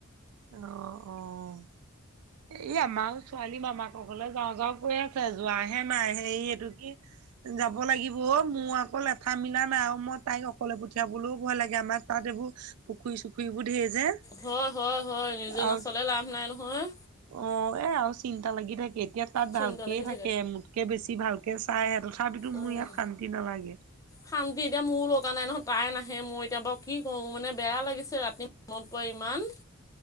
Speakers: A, on the right; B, on the left.
A: অ', অ' এই আমাও ছোৱালী মামাকৰ ঘৰলে যাওঁ যাওঁ কৈ <unintelligible> ছে যোৱাহে নাই, সেই এইটো কি যাব লাগিব অ', মোৰ আকৌ লেঠা মিলা নাই আৰু মই তাইক অকলে পঠিয়াবলৈও ভয় লাগে, আমা তাত এইবোৰ পুখুৰী চুখুৰীবোৰ ধেই যে।
B: হয়, হয়, হয়, নিজে
A: আৰু
B: নাচলে লাভ নাই নহয়।
A: অ' এ, আউ চিন্তা লাগি থাকে। এতিয়া তাত
B: চিন্তা
A: ভালকে
B: লাগি
A: থাকে, মোতকে বেছি ভাল তে চাই আহে তথাপিতো
B: উম
A: মোৰ ইয়াত শান্তি নালাগে।
B: শান্তি এতিয়া মোৰো লগা নাই নহয়। তাই নাহে, মই এতিয়া বাউ কি কৰোঁ মানে বেয়া লাগিছে ৰাতি মনত পৰে ইমান,